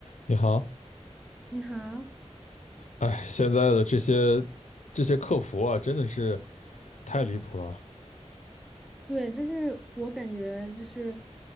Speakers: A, on the left; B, in the centre.
A: 你好，
B: 你好，
A: 哎，现在的这些这些客服啊，真的是太离谱了，
B: 对，就是我感觉就是，